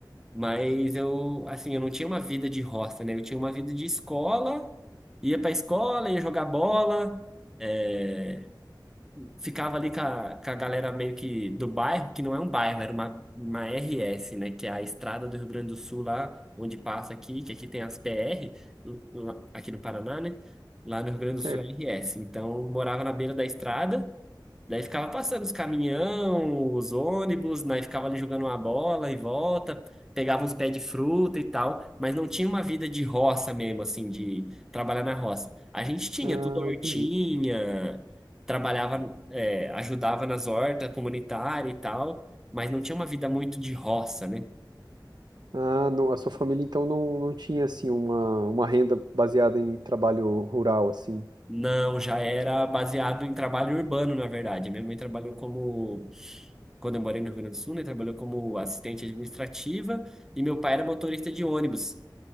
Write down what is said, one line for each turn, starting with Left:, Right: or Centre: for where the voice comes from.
Centre: Mas eu, assim, eu não tinha uma vida de roça, né? Eu tinha uma vida de escola, ia pra escola, ia jogar bola. eh, ficava ali com a, com a galera meio que do bairro, que não é um bairro, era uma, uma RS, né? Que é a estrada do Rio Grande do Sul, lá onde passa aqui, que aqui tem as PR, lá- aqui no Paraná, né? Lá no Rio Grande do
Right: Certo.
Centre: Sul é RS. Então, morava na beira da estrada Daí ficava passando os caminhão, os ônibus, daí ficava ali jogando uma bola e volta, pegava uns pés de fruta e tal, mas não tinha uma vida de roça mesmo, assim, de trabalhar na roça. A gente tinha
Right: Ah,
Centre: tudo hortinha,
Right: entendi.
Centre: trabalhava, é, ajudava nas hortas comunitárias e tal, mas não tinha uma vida muito de roça, né?
Right: Ah, não, a sua família então não, não tinha assim uma, uma renda baseada em trabalho rural assim.
Centre: Não, já era baseado em trabalho urbano, na verdade. Minha mãe trabalhou como, quando eu morei no Rio Grande do Sul, né, trabalhou como assistente administrativa e meu pai era motorista de ônibus,